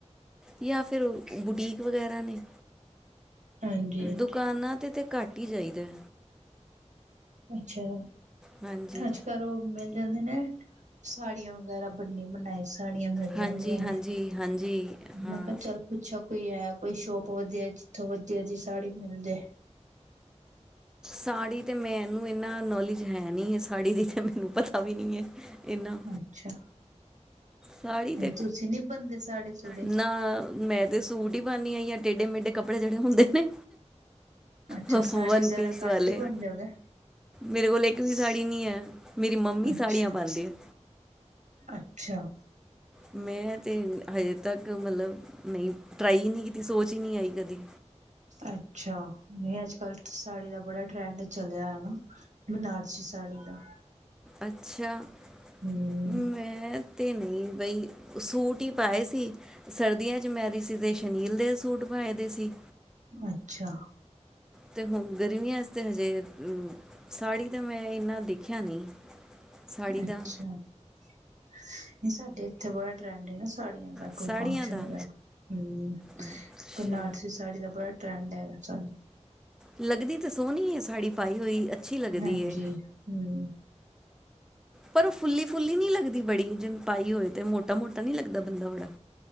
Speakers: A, in the centre; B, on the right (about 75°).
A: ਜਾਂ ਫਿਰ ਬੁਟੀਕ ਵਗੈਰਾ ਬਣੇ
B: ਹਾਂਜੀ
A: ਦੁਕਾਨਾਂ ਤੇ ਤੇ ਘੱਟ ਹੀ ਜਾਈਦੈ
B: ਅੱਛਾ
A: ਹਾਂਜੀ।
B: ਅੱਜ ਕੱਲ ਉਹ ਮਿਲ ਜਾਂਦੇ ਨੇ ਸਾੜੀਆਂ ਵਗੈਰਾ ਬਣੀ ਬਣਾਈ ਸਾੜੀਆਂ ਮਿਲ
A: ਹਾਂਜੀ,
B: ਜਾਂਦੀਆਂ ਨੇ
A: ਹਾਂਜੀ, ਹਾਂਜੀ ਹਾਂ।
B: ਮੈਂ ਕਿਹਾ ਚੱਲ ਪੁੱਛਾ ਕੋਈ ਐ ਕੋਈ ਸ਼ੋਪ ਵਧੀਆ ਜਿੱਥੋਂ ਵਧੀਆ ਜੀ ਸਾੜੀ ਹੁੰਦੇ
A: ਸਾੜੀ ਤੇ ਮੈਨੂੰ ਇੰਨਾ ਨੌਲੇਜ ਹੈ ਨੀ ਹੈ ਸਾੜੀ ਦੀ ਤਾਂ ਮੈਨੂੰ ਪਤਾ ਵੀ ਨੀ ਹੈ ਇੰਨਾ।
B: ਅੱਛਾ
A: ਸਾੜੀ ਤੇ
B: ਤੁਸੀਂ ਨੀ ਬੰਦੇ ਸਾੜੀ ਸੁੜੀ?
A: ਨਾ ਮੈਂ ਤੇ ਸੂਟ ਹੀ ਪਾਨੀ ਆ ਜਾ ਟੇਡੇ ਮੇਢੇ ਕਪੜੇ ਜਿਹੜੇ ਹੁੰਦੇ ਨੇ
B: ਅੱਛਾ
A: ਹੂੰ
B: ਸਾੜੀ
A: ਹੂੰ ਵਨ
B: ਵਗੈਰਾ
A: ਪੀਸ ਵਾਲੇ
B: ਘੱਟ ਹੀ ਬਣਦੇ ਹੋਗੇ।
A: ਮੇਰੇ ਕੋਲ ਇੱਕ ਵੀ ਸਾੜੀ ਨੀ ਹੈ ਮੇਰੀ ਮੰਮੀ
B: ਅੱਛਾ,
A: ਸਾੜੀਆਂ ਪਾਂਦੀ ਐ
B: ਅੱਛਾ।
A: ਮੈਂ ਤੇ ਹਜੇ ਤੱਕ ਮਤਲਬ ਨਹੀਂ ਟਰਾਈ ਨਹੀਂ ਕੀਤੀ ਸੋਚ ਹੀ ਨਹੀਂ ਆਈ ਕਦੀ
B: ਅੱਛਾ ਨਹੀਂ ਅੱਜ ਕੱਲ ਸਾੜੀ ਦਾ ਬੜਾ ਟਰੈਂਡ ਚਲਿਆ ਹੈ ਨਾ ਬਨਾਰਸੀ ਸਾੜੀ ਦਾ
A: ਅੱਛਾ
B: ਹੂੰ,
A: ਮੈਂ ਅਤੇ ਨਹੀਂ ਬਈ ਸੂਟ ਹੀ ਪਾਏ ਸੀ ਸਰਦੀਆਂ 'ਚ ਮੈਰੀਜਿਸ ਸੀ ਅਤੇ ਸ਼ਨੀਲ ਦੇ ਸੂਟ ਪਾਏ ਦੇ ਸੀ
B: ਹਾਂ ਅੱਛਾ
A: ਤੇ ਹੁਣ ਗਰਮੀਆਂ ' ਤੇ ਹਜੇ ਸਾੜੀ ਤਾਂ ਮੈਂ ਇਨਾ ਦੇਖਿਆ ਨਹੀਂ ਸਾੜੀ
B: ਅੱਛਾ
A: ਦਾ
B: ਨਹੀਂ ਸਾਡੇ ਇੱਥੇ ਬੜਾ ਟਰੈਂਡ ਏ ਨਾ ਸਾੜੀਆਂ ਦਾ
A: ਸਾੜੀਆਂ
B: ਕੋਈ ਫੰਕਸ਼ਨ
A: ਦਾ
B: ਵਗੈਰਾ ਹਮ
A: ਅੱਛਾ
B: ਬਨਾਰਸੀ ਸਾੜੀ ਦਾ ਬੜਾ ਟਰੈਂਡ ਹੈਗਾ ਚੱਲ
A: ਲੱਗਦੀ ਤੇ ਸੋਹਣੀ ਹੈ ਸਾੜੀ ਪਾਈ ਹੋਈ ਅੱਛੀ ਲੱਗਦੀ
B: ਹਾਂਜੀ
A: ਹੈ
B: ਹਮ
A: ਪਰ ਉਹ ਫੁੱਲੀ ਫੁੱਲੀ ਨਹੀਂ ਲੱਗਦੀ ਬੜੀ ਜਿਨ ਪਾਈ ਹੋਏ ਤੇ ਮੋਟਾ ਮੋਟਾ ਨਹੀਂ ਲੱਗਦਾ ਬੰਦਾ ਬੜਾ